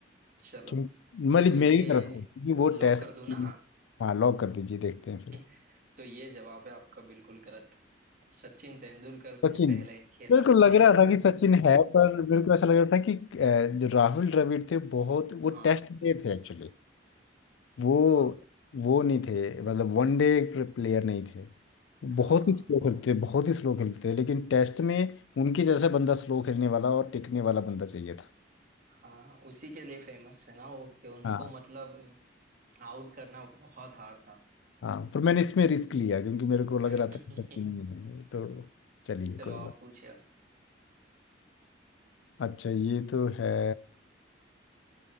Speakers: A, on the right (about 45°); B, on the left (about 80°).
A: चलो
B: क्योंकि मतलब
A: तो ये
B: मेरी तरफ से क्योंकि वो
A: लॉक
B: टेस्ट
A: कर दूं ना
B: हाँ लॉक कर दीजिए देखते हैं फिर
A: <laughs> तो ये जवाब है आपका बिल्कुल गलत सचिन तेंदुलकर से
B: सचिन
A: पहले खेला
B: मेरे को लग
A: <laughs>
B: रहा था कि सचिन है पर मेरे को ऐसा लग रहा था कि अ, जो राहुल द्रविड़ थे बहुत वो
A: हाँ
B: टेस्ट प्लेयर थे एक्चुअली वो
A: हाँ
B: वो नहीं थे मतलब वनडे प्लेयर नहीं थे वो
A: हाँ
B: बहुत ही स्लो खेलते थे बहुत ही स्लो खेलते थे लेकिन टेस्ट में उनके जैसा बंदा स्लो खेलने वाला और टिकने वाला बंदा चाहिए था
A: हाँ उसी के लिए फेमस है ना वो कि उनको
B: हाँ,
A: मतलब आउट करना बहुत हार्ड था
B: हाँ पर मैंने इसमें रिस्क लिया क्योंकि मेरे को लग
A: <laughs>
B: रहा था कि पति नहीं है तो चलिए
A: चलो
B: कोई
A: आप
B: बात
A: पूछिए अब
B: अच्छा ये तो है